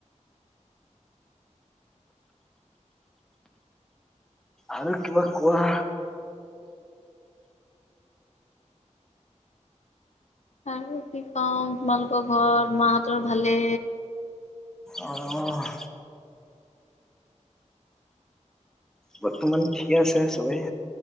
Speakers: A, in the centre; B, on the left.
A: আৰু কিবা কোৱা।
B: আৰু কি কওঁ, তোমালোকৰ ঘৰত মাহঁতৰ ভালে?
A: অ'। বৰ্তমান ঠিকে আছে চবেই।